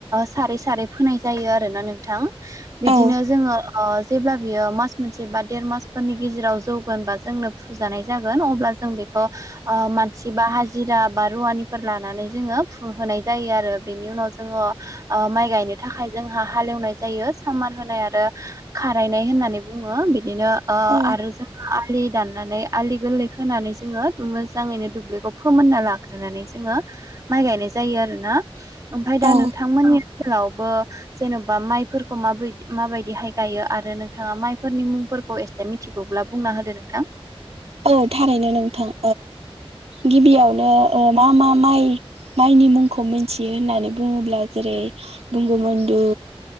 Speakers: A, on the right; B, on the right.
A: सारै सारै फोनाय जायो आरोना नोंथां
B: औ
A: बिदिनो जोङो जेब्ला बियो मास मोनसे बा देर मासफोरनि गेजेराव जौगोन बा जोंनो फुजानाय जागोन अब्ला जों बे अ मानसि बा हाजिरा बा रुवानिफोर लानानै जोङो फु होनोनाय जायो आरो बेनि उनाव जोङो माइ गायनो थाखाय जोंहा हालेवनाय जायो सामार होनाय आरो खारायनाय होननानै बुङो बिदिनो
B: औ
A: आरो जों आलि दाननानै आलि गोरलै होनानै जोङो मोजाङैनो दुब्लिखौ फोमोनना लाग्रोनानै जोङो माइ गायनाय जायो आरोना ओमफ्राय दा
B: औ
A: नोंथांमोननि ओनसोलावबो जेन'बा माइफोरखौ माब माबायदिहाय गायो आरो नोंथाङा माइफोरनि मुंफोरखौ एसे मिथिगौब्ला बुंना होदो नोंथां
B: औ थारैनो नोंथां गिबियावनो मा मा माइ माइनि मुंखौ मिथियो होननानै बुङोब्ला जेरै बंगुमन्दु